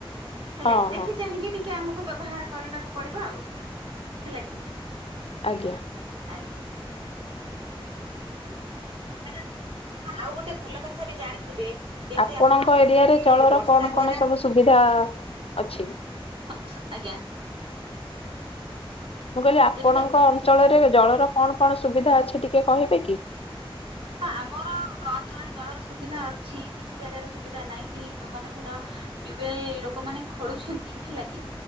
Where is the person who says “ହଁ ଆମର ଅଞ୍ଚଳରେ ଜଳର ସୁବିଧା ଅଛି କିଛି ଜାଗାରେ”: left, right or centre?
Right